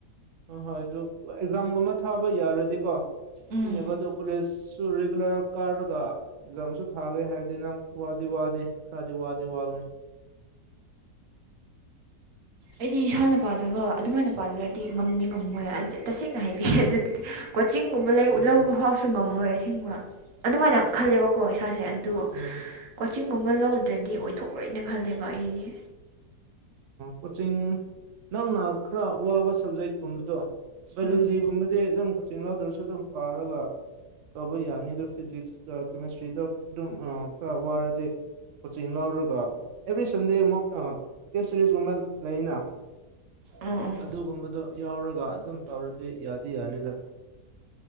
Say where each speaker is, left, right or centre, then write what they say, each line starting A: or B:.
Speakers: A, on the right; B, on the right.
A: ꯑ ꯍꯣꯏ ꯑꯗꯨ ꯑꯦꯛꯖꯥꯝꯒꯨꯝꯕ ꯊꯥꯕ ꯌꯥꯔꯗꯤꯀꯣ
B: ꯎꯝ
A: ꯑꯗꯨꯕ ꯑꯗꯨ ꯀꯣꯂꯦꯖꯁꯨ ꯔꯤꯒꯨꯂꯔ ꯀꯥꯔꯒ ꯑꯦꯛꯖꯥꯝꯁꯨ ꯊꯥꯒꯦ ꯍꯥꯏꯔꯗꯤ ꯅꯪ ꯋꯥꯗꯤ ꯋꯥꯗ ꯈꯔꯗ ꯋꯥꯗ ꯋꯥꯒꯅꯤ
B: ꯑꯩꯗꯤ ꯏꯁꯥꯅ ꯄꯥꯖꯕ ꯑꯗꯨꯃꯥꯏꯅ ꯄꯥꯖꯔꯗꯤ ꯉꯝꯗꯤ ꯉꯝꯃꯣꯏ ꯇꯁꯦꯡꯅ ꯍꯥꯏꯔꯦ ꯑꯗꯨꯗꯤ ꯆꯤꯡꯒꯨꯝꯕ
A: ꯎꯝ
B: ꯂꯧꯕ ꯐꯥꯎꯕꯁꯨ ꯉꯝꯃꯣꯏ ꯑꯁꯤꯒꯨꯝꯕ ꯑꯗꯨꯃꯥꯏꯅ ꯈꯜꯂꯦꯕꯀꯣ ꯏꯁꯥꯁꯦ ꯑꯗꯨ
A: ꯎꯝ
B: ꯀꯣꯆꯤꯡꯒꯨꯝꯕ ꯂꯧꯗ꯭ꯔꯗꯤ ꯑꯣꯏꯊꯣꯛꯂꯣꯏꯅ ꯈꯜꯂꯦꯕ ꯑꯩꯗꯤ
A: ꯀꯣꯆꯤꯡ ꯅꯪꯅ ꯈꯔ ꯋꯥꯕ ꯁꯕꯖꯦꯛꯀꯨꯝꯕꯗꯣ ꯒꯂꯨꯖꯤꯒꯨꯝꯕꯗꯤ
B: ꯎꯝ
A: ꯑꯗꯨꯝ ꯀꯛꯆꯤꯡ ꯂꯧꯎꯗꯔꯁꯨ ꯑꯗꯨꯝ ꯄꯥꯔꯒ ꯇꯧꯕ ꯌꯥꯅꯤ ꯑꯗꯨ ꯐꯤꯖꯤꯛꯁꯇ ꯀꯦꯃꯤꯁꯇ꯭ꯔꯤꯗ ꯑꯗꯨꯝ ꯈꯔ ꯋꯥꯔꯗꯤꯦ ꯀꯣꯆꯤꯡ ꯂꯧꯔꯒ ꯑꯦꯕ꯭ꯔꯤ ꯁꯟꯗꯦ ꯑꯃꯨꯛ ꯇꯦꯁ ꯁꯦꯔꯤꯁꯀꯨꯝꯕ ꯂꯩꯅ
B: ꯎꯝ ꯎꯝ
A: ꯑꯗꯨꯒꯨꯝꯕꯗꯨꯣ ꯌꯥꯎꯔꯒ ꯑꯗꯨꯝ ꯇꯧꯔꯗꯤ ꯌꯥꯗꯤ ꯌꯥꯅꯤꯗ <inaudible>